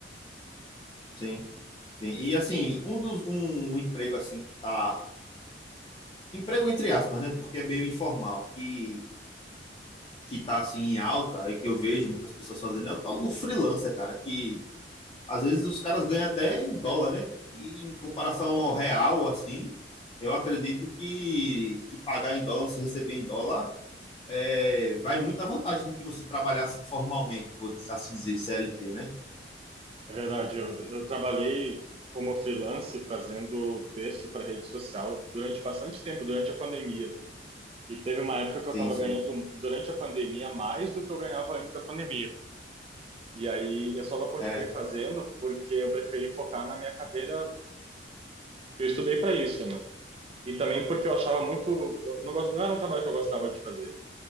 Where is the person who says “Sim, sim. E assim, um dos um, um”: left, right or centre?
Left